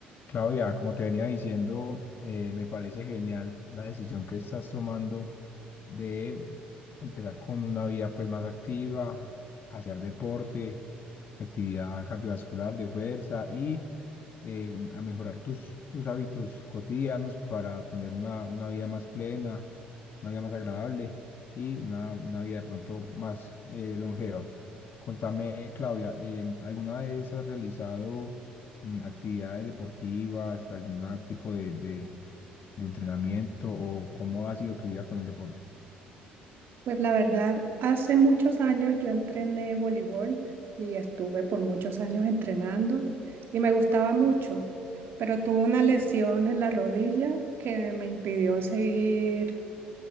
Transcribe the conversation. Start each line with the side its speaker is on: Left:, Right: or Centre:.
Left: Claudia, como te venía diciendo, eh, me parece genial la decisión que estás tomando de empezar con una vida pues más activa, hacer deporte, actividad cardiovascular de fuerza y eh, a mejorar tus, tus hábitos cotidianos para tener una, una vida más plena, una vida más agradable y una, una vida de pronto más eh, longeva. Contame, Claudia, em, ¿alguna vez has realizado mm, actividades deportivas, algún tipo de, de, de entrenamiento o cómo ha sido tu vida con el deporte?
Right: Pues la verdad, hace muchos años yo entrené voleibol y estuve por muchos años entrenando y me gustaba mucho, pero tuve una lesión en la rodilla que me impidió seguir